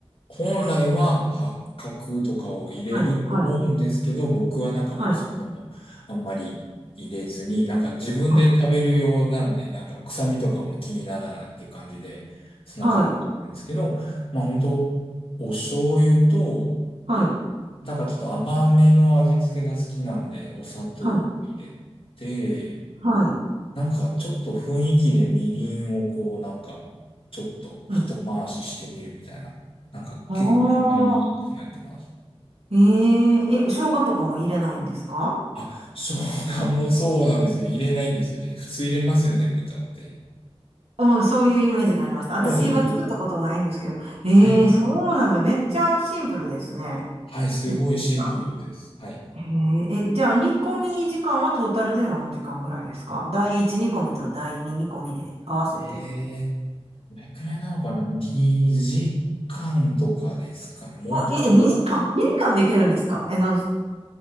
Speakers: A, on the left (about 60°); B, on the right (about 85°).
A: 本来は八角とかを入れると思うんですけど、
B: はい、はい、
A: 僕はなんかもうそれでもあんまり入れずに、
B: はい、
A: なんか自分で食べるようなんで、
B: はい、
A: なんか臭みとかも気にならないっていう感じで、そんな感じにしてるんですけど、
B: はい、
A: まあ本当お醤油と、
B: はい、
A: なんかちょっと甘めの味付けが好きなんで、お砂糖を入れて、
B: はい、はい。
A: なんかちょっと雰囲気でみりんをこうなんかちょっと一回ししてみるみたいな。
B: うん。
A: なんか結構曖昧に考ってます。
B: ああ、えええ、生姜とかも入れないんですか
A: あ、生姜もそうなんですよね。入れないんですよね。普通入れますよね、豚って。
B: うん、そういうイメージがありました。私は作ったことないんですけど。
A: そうですよね。
B: ええそうなんだ。
A: はい。
B: めっちゃシンプルですね。
A: はい、すごいシンプルです。
B: レシピが
A: はい。
B: えええ、じゃあ、煮込み時間はトータルで何時間ぐらいですか第1煮込みと第2煮込みで合わせて。
A: えー、どれくらいなのかな ?2 時間とかですかね。もっと、
B: あ、え、え2時間 ?2 時間でいけるんですかえの、